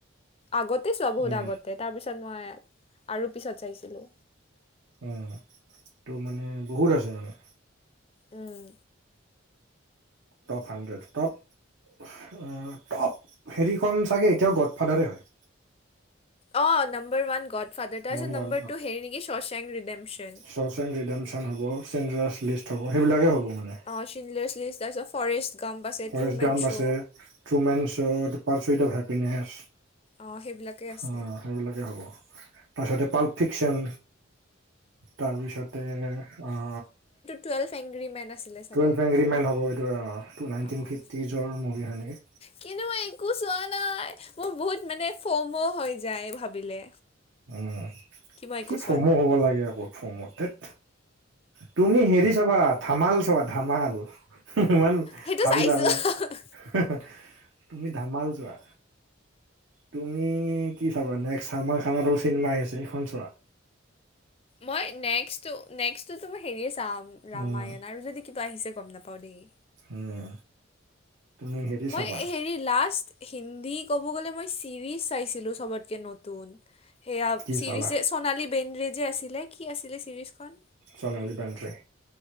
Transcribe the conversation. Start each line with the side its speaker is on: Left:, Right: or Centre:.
Left: আগতে চোৱা বহুত
Right: উম
Left: আগত। তে তাৰপিছত মই আৰু পিছত চাইছিলোঁ।
Right: অ', তোৰ মানে বহুত আছে মানে।
Left: উম।
Right: ট'প হাণ্ড্ৰেড ট'প ট'প হেৰিখন চাগে এতিয়াও গড ফাদাৰে হয়।
Left: অ' নাম্বাৰ ওৱান গড ফাদাৰ, তাৰপিছত
Right: নমান
Left: নম্বাৰ টু হেৰি নেকি শচেং ৰিডেমচন।
Right: চোচেং ৰিডেম্‌শ্যন হ'ব চিন্দ্ৰেলাছ লিষ্ট হ'ব সেইবিলাকেই হ'ব মানে।
Left: অ' চিন্দ্ৰেলাছ লিষ্ট তাৰপিছত ফৰেষ্ট গম্প আছে
Right: ফৰেষ্ট
Left: ট্ৰুমেন
Right: গাম্প
Left: চো।
Right: আছে ট্ৰুমেন চো, পাৰ্ফিত অফ হেপ্পিনেছ।
Left: অ', সেইবিলাকে আছে।
Right: অ' সেইবিলাকে হ'ব। তাৰপিছতে পাল ফিকচন তাৰপিছতে অ
Left: টুয়েলভ এংগ্ৰি মেন আছিলে চাগে।
Right: টুয়েলভ এংগ্ৰি মেন হ'ব এইটো অ টু নাইন্‌টিন
Left: অ',
Right: ফিফটিজৰ মুভি হয় নেকি?
Left: কিন্তু মই একো চোৱা নাই মোৰ বহুত মানে ফমো হৈ যায় ভাবিলে।
Right: উম
Left: মই
Right: কি
Left: একো
Right: ফমো
Left: চোৱা নাই
Right: হ'ব লাগে আকৌ ফমো, ধেত। তুমি হেৰি চাবা ধামাল চাবা ধামাল ইমান
Left: সেইটো
Right: ভাবি
Left: চাইছোঁ।
Right: লাভ নাই। হু হু তুমি ধামাল চোৱা। তুমি কি চাবা নেক্সট চালমাৰ খানৰ চিনেমা আহি আছে সেইখন চোৱা।
Left: মই নেক্সটো নেক্সটো তোমাৰ হেৰিয়ে চাম ৰামায়ণ
Right: উম,
Left: আৰু যদি কিবা আহিছে গম নাপাও দেই।
Right: উম। তুমি হেৰি
Left: মই
Right: চাবা
Left: হেৰি লাষ্ট হিন্দী ক'ব গ'লে মই ছিৰিজ চাইছিলো চবতকে নতুন সেয়া
Right: কি
Left: ছিৰিজে
Right: চালা
Left: সোনালী বেন্দ্ৰে যে আছিলে। কি আছিলে ছিৰিজখন?
Right: সোণালী বেন্দ্ৰে।